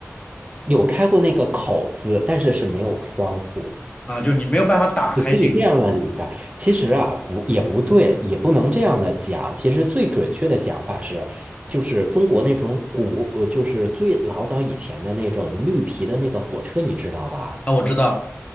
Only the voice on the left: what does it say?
啊？就你没有办法打开那个
啊，我知道。